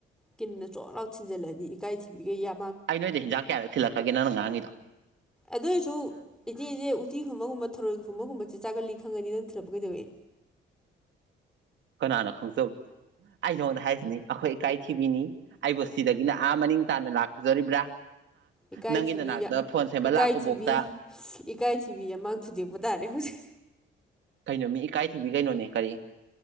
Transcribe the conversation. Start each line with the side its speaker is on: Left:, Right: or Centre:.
Centre: ꯀꯤꯟꯅ ꯆꯣꯠꯂꯥꯛ ꯊꯤꯟꯖꯤꯜꯂꯗꯤ ꯏꯀꯥꯏ ꯊꯤꯕꯤꯒ ꯌꯥ
Right: ꯑꯩ ꯅꯣꯏꯗ ꯍꯤꯟꯖꯥꯡ ꯀꯌꯥꯗ ꯊꯜꯂꯛꯈꯒꯦ ꯅꯪ ꯉꯥꯡꯉꯦ
Centre: ꯑꯗꯨꯑꯣ ꯑꯣꯏꯁꯨ ꯏꯆꯦ ꯏꯆꯦ ꯎꯇꯤ ꯈꯨꯝꯕꯒꯨꯝꯕ ꯊꯔꯣꯏ ꯈꯨꯝꯕꯒꯨꯝꯕ ꯆꯦ ꯆꯥꯒꯜꯂꯤ ꯈꯪꯒꯅꯤ ꯅꯪ ꯊꯤꯜꯂꯛꯄ ꯀꯩꯗꯧꯏꯦ
Right: ꯀꯅꯥꯅ ꯈꯪꯖꯕ ꯑꯩ ꯅꯉꯣꯟꯗ ꯍꯥꯏꯔꯤꯁꯤꯅꯤ ꯑꯩꯈꯣꯏ ꯏꯀꯥꯏ ꯄ꯭ꯊꯤꯕꯤꯅꯤ ꯑꯩꯕꯨ ꯁꯤꯗꯒꯤꯅ ꯑꯥ ꯃꯅꯤꯡ ꯇꯥꯅ ꯂꯥꯛꯈꯤꯗꯣꯔꯤꯕ꯭ꯔꯥ
Centre: ꯏꯀꯥꯏꯊꯤꯕꯤ
Right: ꯅꯪꯒꯤꯤ ꯅꯅꯥꯇ ꯐꯣꯟ ꯁꯦꯝꯕ
Centre: ꯏꯀꯥꯏꯊꯤꯕꯤ
Right: ꯂꯥꯛꯄꯕꯧꯇ
Centre: ꯏꯀꯥꯏꯊꯤꯕꯤ ꯑꯃꯥꯡ ꯊꯨꯗꯦꯛꯄ ꯇꯥꯔꯦ ꯍꯧꯖꯤꯛ
Right: ꯀꯩꯅꯣ ꯃꯤ ꯏꯀꯥꯏꯊꯤꯕꯤ ꯀꯩꯅꯣꯅꯦ ꯀꯔꯤ